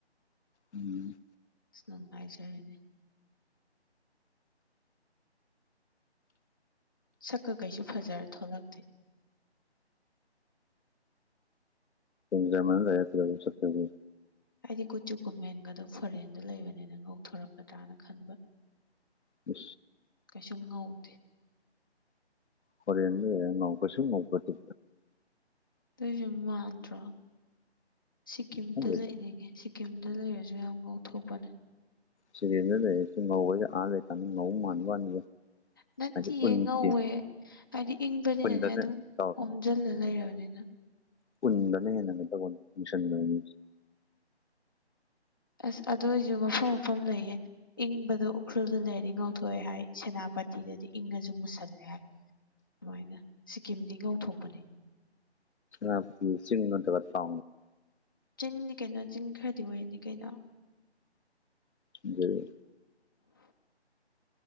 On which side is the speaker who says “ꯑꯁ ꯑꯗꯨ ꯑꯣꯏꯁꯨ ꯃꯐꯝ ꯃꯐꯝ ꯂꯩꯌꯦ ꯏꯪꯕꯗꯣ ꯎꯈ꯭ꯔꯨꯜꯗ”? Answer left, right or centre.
Left